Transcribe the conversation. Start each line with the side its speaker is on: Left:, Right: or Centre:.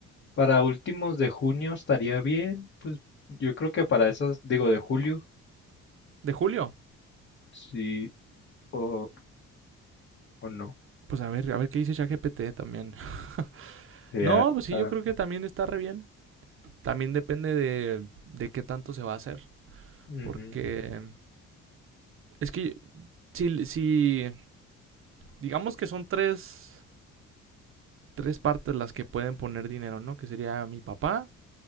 Left: para últimos de junio estaría bien, pues yo creo que para esas, digo, de julio.
Right: ¿De julio?
Left: Sí, o, o no.
Right: Pues a ver, a ver qué dice ChatGPT también. <laughs>
Left: sea,
Right: No, pues sí,
Left: ah,
Right: yo creo que también está re bien. También depende de, de qué tanto se va a hacer.
Left: ujú,
Right: Porque es que si, si digamos que son tres tres partes las que pueden poner dinero, ¿no? Que sería mi papá,